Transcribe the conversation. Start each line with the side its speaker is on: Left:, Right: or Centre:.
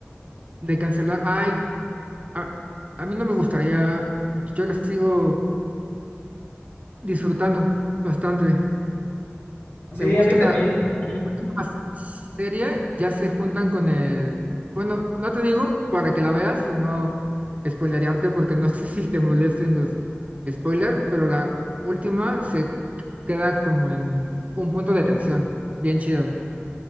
Right: De cancelar, ay, a, a mí no me gustaría, yo la sigo disfrutando bastante Me
Left: Sí,
Right: gusta
Left: a mí también.
Right: la
Left: Ujú.
Right: última serie, ya se juntan con el... Bueno, no te digo para que la veas, sino spoilerearte, porque no <laughs> sé si te molesten los spoilers, pero la última se queda como en un punto de tensión. Bien chido.